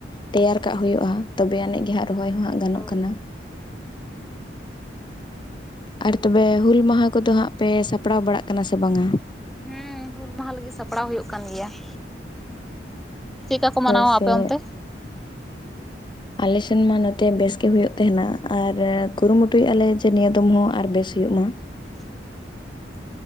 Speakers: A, on the left; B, in the centre.
A: ᱛᱮᱭᱟᱨ ᱠᱟᱜ ᱦᱩᱭᱩᱜᱼᱟ, ᱛᱚᱵᱮ ᱟᱹᱱᱤᱡ ᱜᱮ ᱦᱟᱸᱜ ᱨᱚᱦᱚᱭ ᱦᱚᱸ ᱦᱟᱸᱜ ᱜᱟᱱᱚᱜ
B: ᱦᱳᱭ
A: ᱠᱟᱱᱟ ᱾ ᱟᱨ ᱛᱚᱵᱮ ᱦᱩᱹᱞ ᱢᱟᱦᱟ ᱠᱚᱫᱚ ᱦᱟᱸᱜ ᱯᱮ ᱥᱟᱯᱲᱟᱣ ᱵᱟᱲᱟᱜ ᱠᱟᱱᱟ ᱥᱮ ᱵᱟᱝ-ᱟ?
B: ᱦᱮᱸ ᱦᱩᱹᱞ ᱢᱟᱦᱟ ᱞᱟᱹᱜᱤᱜ ᱥᱟᱯᱲᱟᱣ ᱦᱳᱭᱳᱜ ᱠᱟᱱ ᱜᱮᱭᱟ ᱾ ᱪᱮᱫ ᱠᱟ ᱠᱚ ᱢᱟᱱᱟᱣᱟ
A: ᱦᱳᱭ ᱥᱮ
B: ᱟᱯᱮ ᱚᱱᱛᱮ?
A: ᱟᱞᱮ ᱥᱮᱱ ᱢᱟ ᱱᱚᱛᱮ ᱵᱮᱥ ᱜᱮ ᱦᱩᱭᱩᱜ ᱛᱟᱦᱮᱸᱱᱟ, ᱟᱨ ᱠᱩᱨᱩ ᱢᱩᱴᱩᱭᱮᱜᱼᱟ ᱞᱮ ᱡᱮ ᱱᱤᱭᱟᱹ ᱫᱚᱢ ᱦᱚᱸ ᱟᱨ ᱵᱮᱥ ᱦᱩᱭᱩᱜ ᱢᱟ᱾
B: <inaudible>